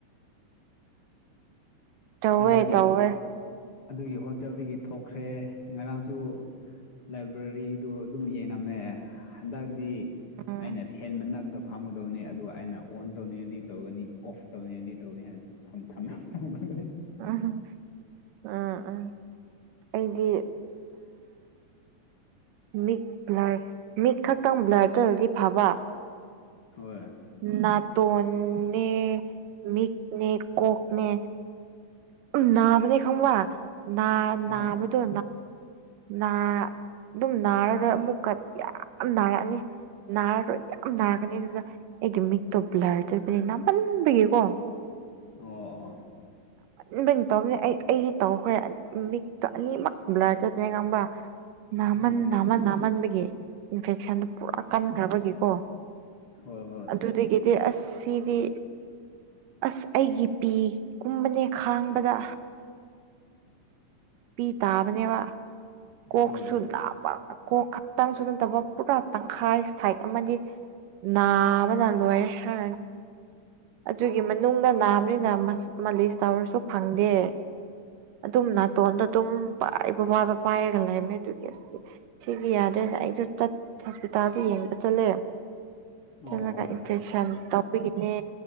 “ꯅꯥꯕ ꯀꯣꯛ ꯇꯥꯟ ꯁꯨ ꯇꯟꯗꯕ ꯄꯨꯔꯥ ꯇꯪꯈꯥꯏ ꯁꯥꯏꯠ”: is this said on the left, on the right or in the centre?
Right